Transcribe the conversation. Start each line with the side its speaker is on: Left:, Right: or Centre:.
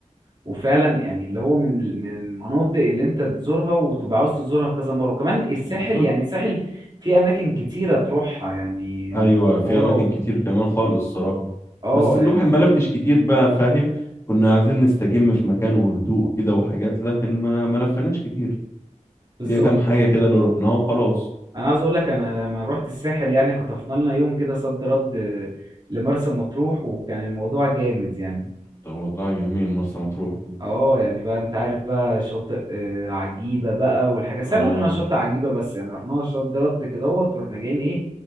Right: وفعلا يعني اللي هو من من المناطق اللي انت تزورها وتبقى عاوز تزورها كذا مرة وكمان الساحل
Left: بالظبط
Right: يعني الساحل في اماكن كتيرة تروحها يعني من
Left: ايوه في
Right: كورة
Left: اماكن
Right: و...
Left: كتير كمان خالص صراحه
Right: اه
Left: بس الواحد
Right: يعني
Left: ما لفش كتير بقى فاهم كنا عايزين نستجم في مكان وهدوء كده وحاجات لكن ما ما لفناش كتير
Right: بالظبط
Left: هي كام حاجه كده اللي رحناها وخلاص
Right: انا عاوز اقول لك انا لما رحت الساحل يعني خطفنا لنا يوم كده صد رد لمرسى مطروح وكان الموضوع جامد يعني
Left: طب والله جميل مرسى مطروح دي
Right: اه يعني بقى انت عارف بقى شاطئ آه، عجيبة بقى والحاجات بس
Left: اه
Right: انا رحنا شاطئ عجيبة بس يعني رحنا صد رد كدهوت ورحنا جايين ايه